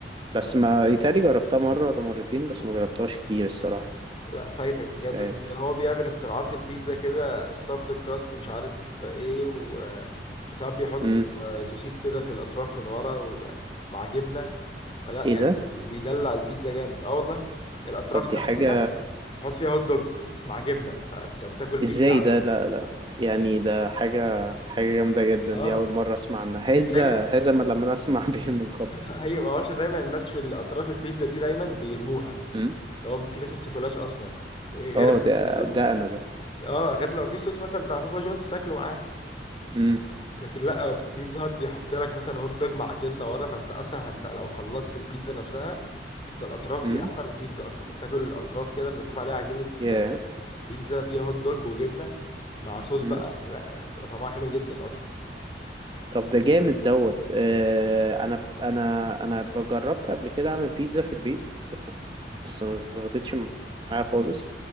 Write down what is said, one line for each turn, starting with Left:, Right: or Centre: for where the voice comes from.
Right: بس
Left: لا
Right: ما يتهيألي جربتها مرة ولا مرتين بس ما جربتهاش كتير الصراحة
Left: لا، فايتك بجد
Right: مش عارف
Left: اللي هو بيعمل اختراعات في البيتزا كده ستافد كراست مش عارف ايه و- وساعات بيحط
Right: امم
Left: آه، سوسيس كده في الاطراف من ورا ومع جبنه لا
Right: ايه
Left: يعني
Right: ده
Left: بيدلع البيتزا جامد اه والله الاطراف
Right: طب دي
Left: نفسها
Right: حاجة
Left: بيحط فيها هوت دوج مع جبنه فانت بتاكل بيتزا
Right: ازاي ده لا لا يعني ده حاجة حاجة جامدة جدا
Left: اه
Right: دي أول مرة أسمع عنها هذا
Left: يعني دايما
Right: هذا ما لم أسمع <laughs> به من قبل
Left: <laughs> هي ما هوش دايما الناس في الاطراف البيتزا دي دايما بيرموها
Right: امم
Left: اللي هو في ناس ما بتاكلهاش اصلا إيه غير
Right: اه
Left: لو
Right: ده
Left: في صوص.
Right: ده أنا ده
Left: اه غير لو في صوص مثلا بتاع بابا جونز تاكله معاها
Right: امم
Left: لكن لا آه، بيتزا هات بيحط لك مثلا هوت دوج مع جبنه ورا فانت اصلا انت لو خلصت البيتزا نفسها انت الاطراف
Right: امم
Left: دي احلى من البيتزا اصلا بتاكل الاطراف كده ملفوف عليها عجينه
Right: ياه
Left: آه، بيتزا فيها هوت دوج وجبنه مع صوص بقى
Right: امم
Left: لا بتبقى طعمها حلو جدا اصلا
Right: طب ده جامد دوت آه أنا أنا أنا جربت قبل كده أعمل بيتزا في البيت بس ما ظبطتش معايا خالص